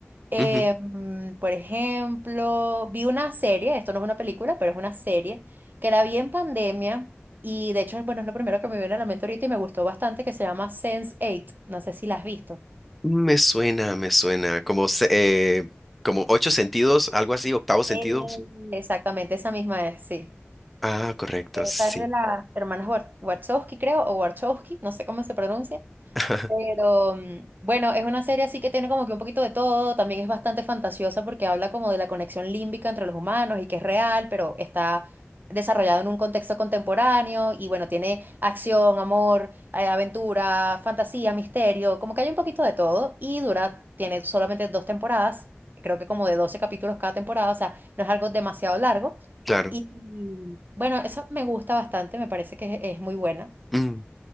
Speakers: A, on the right; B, in the centre.
A: Eh,
B: Ujú.
A: mm, por ejemplo, vi una serie, esto no es una película, pero es una serie, que la vi en pandemia y de hecho, bueno, es lo primero que me viene a la mente ahorita y me gustó bastante, que se llama sense Eight No sé si la has visto.
B: Me suena, me suena. Como, se- eh, como ocho sentidos, algo así, octavo sentido.
A: Eh, Exactamente, esa misma es, sí.
B: Ah, correcto,
A: Esa
B: sí.
A: es de las hermanas Wa- Wachowski, creo, o Warchowski, no sé cómo se pronuncia.
B: <laughs>
A: Pero mm, bueno, es una serie así que tiene como que un poquito de todo, también es bastante fantasiosa porque habla como de la conexión límbica entre los humanos y que es real, pero está desarrollado en un contexto contemporáneo y bueno, tiene acción, amor, eh, aventura, fantasía, misterio, como que hay un poquito de todo y dura, tiene solamente dos temporadas, creo que como de 12 capítulos cada temporada, o sea, no es algo demasiado largo.
B: Claro.
A: Y bueno, eso me gusta bastante, me parece que es es muy buena.
B: Mm.